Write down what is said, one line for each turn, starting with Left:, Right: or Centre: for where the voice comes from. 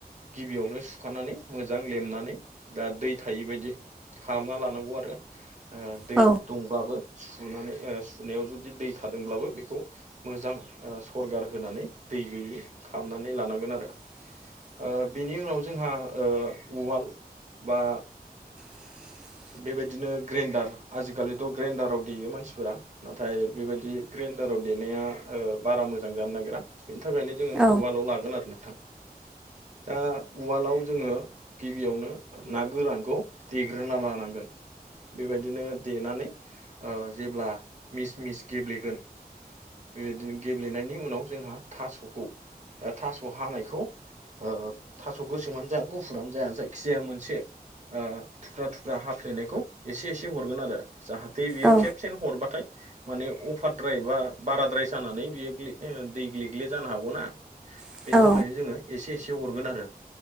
Right: गिबियावनो सुखानानै मोजां लेमनानै दा दै थायि बायदि खालामना लानांगौ आरो। ओ दै
Centre: औ
Right: दंब्लाबो सुनानै ओ सुनायाव जुदि दै थादोंब्लाबो बेखौ मोजां ओ सरगार होनानै दै गैयि खालामनानै लानांगोन आरो
Centre: <unintelligible>
Right: ओ बिनि उनाव जोंहा ओ उवाल बा
Centre: <unintelligible>
Right: बेबायदिनो ग्रेन्डार आजिखालिथ' ग्रेन्डाराव देयो मानसिफोरा नाथाय बेबायदि ग्रे दाराव देनाया ओ बारा मोजां जानो नागिरा बेनि थाखायनो जोङो
Centre: औ
Right: उवालाव लागोन आरो नोंथां। दा उवालाव जोङो गिबियावनो ना गोरानखौ देग्रोना लानांगोन बेबायदिनो देनानै ओ जेब्ला मिस मिस गेब्लेगोन बेबायदिनो गेब्लेनायनि उनाव जोंहा थास'खौ ओ थास' हानायखौ। ओ थास' गोसोमानो जा गुफुरानो जा जायखिजाया मोनसे। ओ थुख्रा थुख्रा हाफ्लेनायखौ एसे एसे हरगोन आरो। जाहाथे बेयो
Centre: औ
Right: खेबसेनो हरबाथाय। माने अफारद्राय एबा बाराद्राय जानानै बियो ग्ले ओ दैग्लेग्ले जानो हागौना।
Centre: औ
Right: बेनि थाखायनो जोङो एसे एसे हरगोन आरो